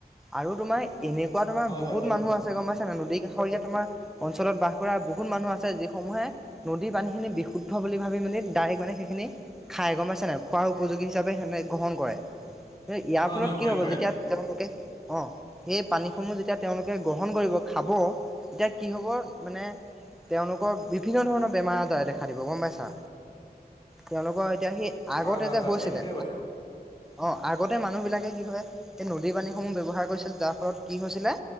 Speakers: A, in the centre; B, on the left.
A: আৰু তোমাৰ এনেকুৱা তোমাৰ
B: হয়
A: বহুত
B: হয় হৈছে
A: মানুহ
B: হৈছে
A: আছে গম পাইছা নদী কাষ ৰীয়া তোমাৰ অঞ্চলত বাস কৰা বহুত মানুহ আছে যিসমূহে নদীৰ পানী খিনি বিশুদ্ধ বুলি ভাবি মানে ডাৰেক মানে সেইখিনি খাই গম পাইছা নাই খোৱাৰ উপযোগী হিচাপে সেনে গ্ৰহণ কৰে, ইয়াৰ
B: হয়
A: ফলত
B: হয়
A: কি
B: কৰে
A: হ'ব
B: কৰে
A: যেতিয়া তেওঁলোকে অ সেই পানীসমূহ যেতিয়া তেওঁলোকে গ্ৰহণ কৰিব খাব তেতিয়া কি হ'ব মানে তেওঁলোকৰ বিভিন্ন ধৰণৰ বেমাৰ -আজাৰে দেখা দিব গম পাইছা তেওঁলোকৰ এতিয়া সি আগতে
B: হয় হয়
A: যে
B: হয়
A: হৈছিলে
B: তুমি ঠিকে কৈছা
A: অ আগতে মানুহ বিলাকে কি হয় এই নদীত নদী পানীসমূহ ব্যৱহাৰ কৰিছিল যাৰ ফলত কি হৈছিলে